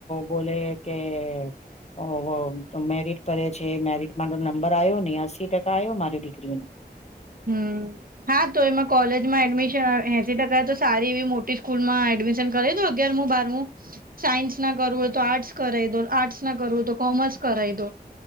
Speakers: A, on the left (about 40°); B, on the right (about 60°).
A: બોલે કે ઓ હો તો મેરટ ભે છે મેરિટ તો ન નંબર આયો ને અસી ટકા આયો મારી દીકરી ને.
B: હમ હા તો એમાં કોલેજમાં એડમિશન એસી ટકા તો સારી એવી મોટી સ્કૂલમાં. એડમીશન કરાઈ દો અગાર બારમું સાયન્સ ના કરવું હોય તો આર્ટસ કરાઈ દો આર્ટસના કરવુંય તો કોમર્સ કરાઇ દો.